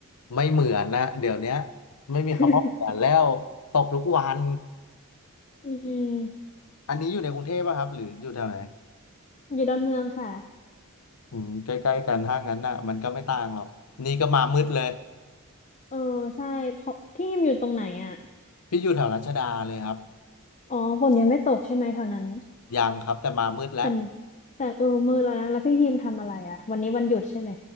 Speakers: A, on the left (about 80°); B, on the left (about 30°).
A: ไม่เหมือนนะเดี๋ยวเนี้ยไม่มีคำว่าเหมือนแล้วตกทุกวัน
B: <laughs> อืม
A: อันนี้อยู่ในกรุงเทพป่ะครับหรืออยู่แถวไหน
B: อยู่ดอนเมืองค่ะ
A: อืมใกล้ๆกันถ้างั้นน่ะมันก็ไม่ต่างหรอกนี่ก็มามืดเลย
B: เออใช่ขอพี่ฮิมอยู่ตรงไหนอ่ะ
A: พี่อยู่แถวรัชดาเลยครับ
B: อ๋อฝนยังไม่ตกใช่ไหมแถวนั้น
A: ยังครับแต่มามืดแล้ว
B: แต่แต่เออมืดแล้วนะแล้วพี่ฮิมทำอะไรอ่ะวันนี้วันหยุดใช่ไหม